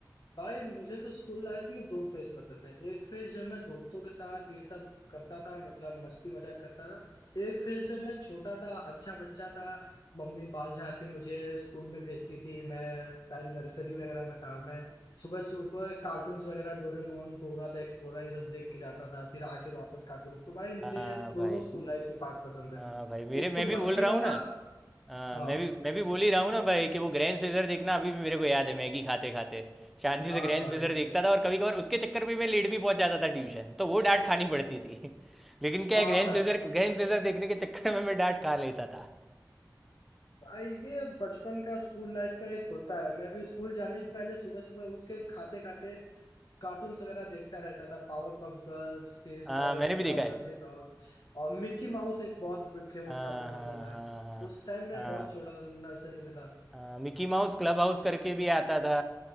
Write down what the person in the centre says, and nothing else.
हाँ
भाई
हाँ भाई मेरे
मैं
भी बोल रहा
हूँ ना हाँ
मैं भी मैं भी बोल ही रहा हूँ ना भाई कि वो ग्रैंड सीजर देखना अभी भी मेरे को याद है मैगी खाते खाते शांति
से ग्रैंड
सीजर देखता था और कभी कभार उसके चक्कर में मैं लेट भी पहुंच जाता था ट्यूशन तो वो डांट खानी पड़ती थी <laughs> लेकिन क्या
है ग्रैंड सीजर ग्रैंड सीजर देखने के चक्कर में मैं डांट खा लेता था
हाँ
मैंने
भी देखा
है
हाँ
हाँ
हाँ हाँ
हाँ
हाँ मिकी माउस क्लब हाउस करके भी आता था